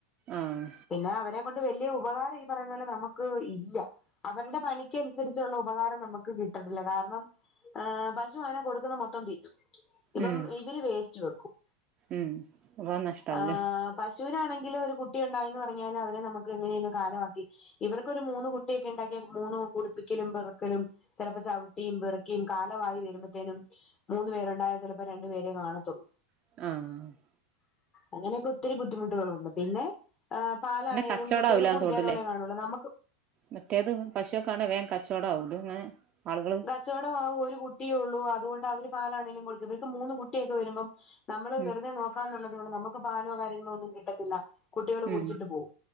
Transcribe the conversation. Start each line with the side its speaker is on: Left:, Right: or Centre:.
Right: ആഹ്
Left: പിന്നാ അവരെ കൊണ്ട് വല്യ ഉപകാരം ഈ പറയുന്ന പോലെ നമുക്ക് ഇല്ല അവരുടെ പണിക്കനുസരിച്ചൊള്ള ഉപകാരം നമുക്ക് കി ട്ടണില്ല കാരണം ഏഹ് പശു ആണെ കൊടുക്കുന്ന മൊത്തം തിന്നും ഇപ്പം
Right: ഉം
Left: ഇവര് വേസ്റ്റ് വെക്കും
Right: ഉം അപ്പൊ നഷ്ടാവൂലേ
Left: ആഹ് പശ് ശുവിനാണെങ്കില് ഒരു കുട്ടി ഒണ്ടായിന്ന് പറഞ്ഞാല് അവരെ നമുക്ക് എങ്ങനേലും കാലമാക്കി ഇവർക്കൊരു മൂന്ന് കുട്ടിയൊക്കെ ഇണ്ടാക്കിയ മൂന്നും കുടുപ്പിക്കലും പെറുക്കലും ചെലപ്പോ ചവിട്ടിയും പെറുക്കിയും കാലവായി വരുമ്പത്തേനും മൂന്ന് പേരൊണ്ടായാ ചെലപ്പോ രണ്ടു പേരേ കാണത്തൊള്ള്
Right: മ്ഹ്
Left: അങ്ങനെയൊക്കെ ഒത്തിരി ബുദ്ധിമുട്ടുകള് വന്നു പിന്നെ ഏഹ് പാലാണേലും
Right: പിന്നെ കച്ചവടം
Left: കുട്ട്യൾക്ക്
Right: ആവൂലാന്ന്
Left: കുടിക്കാനൊള്ളേ
Right: തോണ്ടല്ലേ
Left: കാണുള്ളൂ നമ്മക്ക്
Right: മറ്റേത് പശുവൊക്കെ ആണേ വേഗം കച്ചവടം ആവും ഇത് ഇങ്ങനെ ആളുകള്
Left: കച്ചവടോം ആവും ഒരു കുട്ടിയേ ഒള്ളൂ അതുകൊണ്ട് അവര് പാലാണെങ്കിലും <unintelligible> ഇവർക്ക് മൂന്ന് കുട്ടിയൊക്കെ വരുമ്പം നമ്മള്
Right: ഉം
Left: വെറുതെ നോക്കാ എന്നുള്ളത് നമുക്ക് പാലോ കാര്യങ്ങളോ ഒന്നും കിട്ടത്തില്ല കുട്ടികൾ കുടിച്ചിട്ട്
Right: ഉം
Left: പോവും